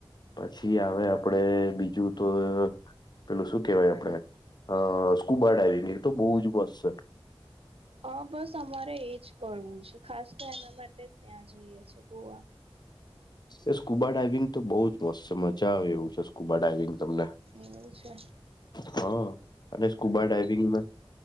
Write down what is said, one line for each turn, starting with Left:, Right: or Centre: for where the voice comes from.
Left: પછી આવે આપડે બીજું તો પેલું શું કેહેવાય આપણેે અ સ્કૂબા ડાઈવિંગ એ તો બહુ જ મસ્ત છે.
Right: હા બસ અમારે એજ કરવું છે ખાસ તો એના માટે જ ત્યાં જઈએ છે ગોવા
Left: એ સ્કૂબા ડાઈવિંગ તો બહુ જ મસ્ત મજા આવે એવું છે. સ્કુબા ડાઈવિંગ તમને
Right: એવું છે
Left: હ અને સ્કુબા ડાઈવિંગમાં